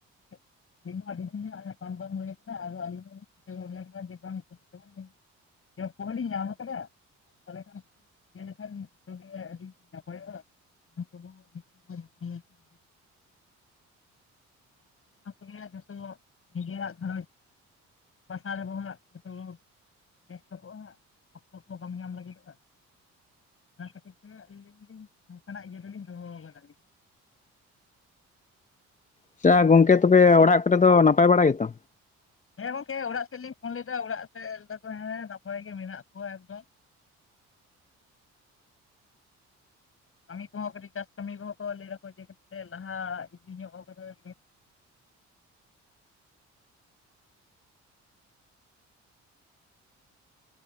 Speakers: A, on the left (about 45°); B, on the left (about 25°).
A: <inaudible> ᱫᱤᱱ ᱦᱚᱸ ᱟᱹᱰᱤ ᱫᱤᱱ ᱦᱟᱸᱜ ᱧᱟᱯᱟᱢ ᱵᱟᱝ ᱦᱩᱭ ᱠᱟᱱᱟ ᱟᱫᱟ ᱟᱞᱤᱧ ᱦᱚᱸᱞᱤᱧ <inaudible> ᱡᱚᱵ ᱠᱚᱦᱚᱸ ᱞᱤᱧ ᱧᱟᱢ ᱟᱠᱟᱫᱟ, ᱛᱟᱦᱚᱞᱮ ᱠᱷᱟᱱ ᱤᱭᱟᱹ ᱞᱮᱠᱷᱟᱱ ᱡᱚᱛᱚᱜᱮ ᱟᱹᱰᱤ ᱱᱟᱯᱟᱭᱚᱜ-ᱟ᱾ <inaudible> <inaudible> ᱡᱚᱛᱚ ᱱᱤᱡᱮᱨᱟᱜ ᱜᱷᱟᱨᱚᱸᱡᱽ <inaudible> ᱵᱮᱥᱛᱚ ᱠᱚᱜᱼᱟ ᱚᱠᱛᱚ ᱠᱚᱦᱚᱸ ᱵᱟᱝ ᱧᱟᱢ ᱞᱟᱹᱜᱤᱫᱚᱜᱼᱟ᱾ ᱚᱱᱟ ᱠᱷᱟᱹᱛᱤᱨ ᱛᱮ ᱟᱹᱞᱤᱧ ᱞᱤᱧ ᱱᱚᱝᱠᱟ ᱱᱟᱜ ᱤᱭᱟᱹ ᱫᱚᱞᱤᱧ ᱫᱚᱦᱚ ᱟᱠᱟᱫᱟ ᱞᱤᱧ᱾
B: ᱟᱪᱪᱷᱟ ᱜᱚᱝᱠᱮ ᱛᱚᱵᱮ ᱚᱲᱟᱜ ᱠᱚᱨᱮ ᱫᱚ ᱱᱟᱯᱟᱭ ᱵᱟᱲᱟ ᱜᱮ ᱛᱚ?
A: ᱦᱮᱸ ᱜᱚᱝᱠᱮ ᱚᱲᱟᱜ ᱥᱮᱫ ᱞᱤᱧ ᱯᱷᱳᱱ ᱞᱮᱫᱟ ᱚᱲᱟᱜ ᱥᱮᱫ ᱠᱮᱭ ᱫᱟᱠᱚ ᱦᱮᱸ ᱱᱟᱯᱟᱭ ᱜᱮ ᱢᱮᱱᱟᱜ ᱠᱚᱣᱟ ᱮᱠᱫᱚᱢ᱾ ᱠᱟᱹᱢᱤ ᱠᱚᱦᱚᱸ ᱠᱟᱹᱴᱤᱡ ᱪᱟᱥ ᱠᱟᱹᱢᱤ ᱠᱚᱦᱚᱸ ᱠᱚ ᱞᱟᱹᱭ ᱫᱟᱠᱚ ᱡᱮ ᱠᱟᱹᱴᱤᱡ ᱠᱮ ᱞᱟᱦᱟ ᱤᱫᱤ ᱧᱚᱜ ᱠᱟᱫᱟ <inaudible>